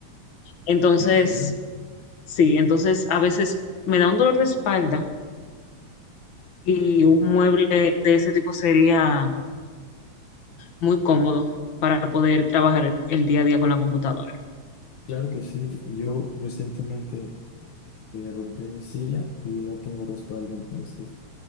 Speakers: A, on the left (about 60°); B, on the left (about 75°).
A: Entonces,
B: entiendo.
A: Sí, entonces a veces me da un dolor de espalda y un mueble de ese tipo sería muy cómodo para poder trabajar el día a día con la computadora.
B: Claro que sí, yo recientemente eh, rompí mi silla y no tengo respaldo, entonces